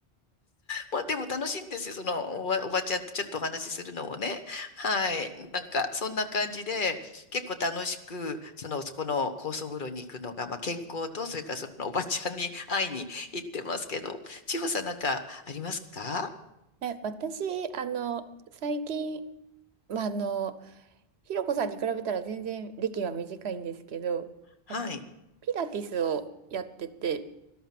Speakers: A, on the left (about 55°); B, on the right (about 85°).
A: まあでも楽しいんですよ、そのおば、おばちゃんとちょっとお話しするのもね。はい。なんか、そんな感じで、結構楽しく、その、そこの高層風呂に行くのが、まあ健康と、それからそのおばちゃんに会いに行ってますけど、千穂さんなんかありますか
B: え、私、あの、最近、まあ、あの、ひろこさんに比べたら全然歴は短いんですけど、
A: はい。
B: あの、ピラティスをやってて、